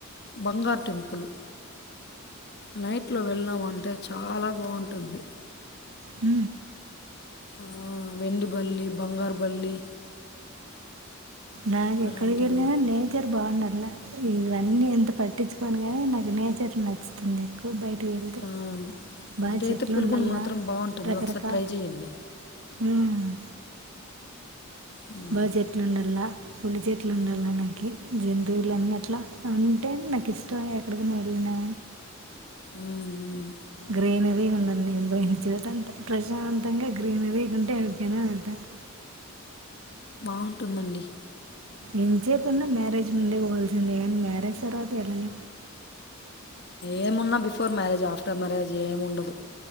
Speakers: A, on the left; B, on the right.
A: బంగారు టెంపులు నైట్లో వెళ్ళాం అంటే చాలా బావుంటుంది.
B: హ
A: ఆ వెండి బల్లి బంగారు బల్లి
B: నాకు
A: అలాంటివి.
B: ఎక్కడికి వెళ్ళినా నేచర్ బావుండాలి. ఇవన్నీ ఎంత పట్టించుకోని నాకు నేచర్ నచ్చుతుంది. వెళ్తే
A: హ్మ్
B: బాగా
A: ఇదైతే
B: చెట్లు
A: పులిగుండ
B: ఉండాలా
A: మాత్రం బావుంటుంది.
B: రకరకాల
A: ఒకసారి ట్రై చేయండి.
B: ఉమ్.
A: హ్మ్.
B: బాగా చెట్లు ఉండాల పులి చెట్లు ఉండాల నాకు జంతువులు అన్ని అట్లా ఉంటే నాకు ఇష్టం ఎక్కడికనా వెళ్ళినా
A: హ్మ్ మ్మ్
B: గ్రీనరీ ఉండండి నేను వెళ్ళిన చోట అంత ప్రశాంతంగా గ్రీనరీ ఉంటే ఎవడికైనా వెళ్తాను
A: బాగుంటుందండి
B: ఎం చెేప్పన్న మ్యారేజ్ ముందే పోవాల్సిందే కానీ మ్యారేజ్ తర్వాత వెళ్లలేం
A: ఏమున్నా బిఫోర్ మ్యారేజ్ ఆఫ్టర్ మ్యారేజ్ ఏముండదు